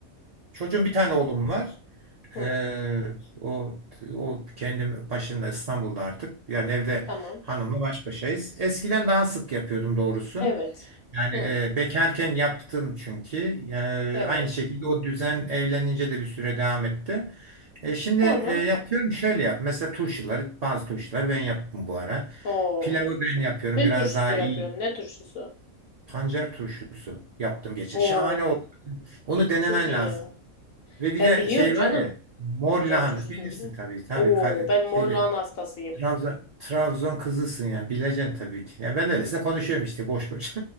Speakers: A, on the right; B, on the left.
A: çocuğum bir tane oğlum var.
B: Hı.
A: Ee, o o kendim başında İstanbul'da artık. Yani evde
B: Tamam.
A: hanımla baş başayız. Eskiden daha sık yapıyordum doğrusu.
B: Evet.
A: Yani
B: Hı.
A: e, bekarken yaptım çünkü. Yani
B: Evet.
A: aynı şekilde o düzen evlenince de bir süre devam etti. E, şimdi
B: Sonra
A: e, yapıyorum şöyle yap. Mesela turşuları bazı turşuları ben yaptım bu ara.
B: o
A: Pilavı ben yapıyorum
B: ne
A: biraz
B: turşusu
A: daha
B: yapıyorsun?
A: iyi.
B: Ne turşusu?
A: Pancar turşusu yaptım geçen.
B: Oo,
A: Şahane oldu. Onu
B: abi
A: denemen
B: çok iyi
A: lazım.
B: ya.
A: Ve bir
B: Ben
A: de
B: biliyorum
A: şey
B: canım.
A: var ya mor
B: Pancar
A: lahana
B: turşusunu
A: bilirsin
B: biliyorum.
A: tabii tabii
B: Oo,
A: ka-
B: ben mor
A: şeyli
B: lahana hastasıyım.
A: Trabzon, Trabzon kızısın yani bileceksin tabii ki. Ya ben öylesine konuşuyorum işte boş boş.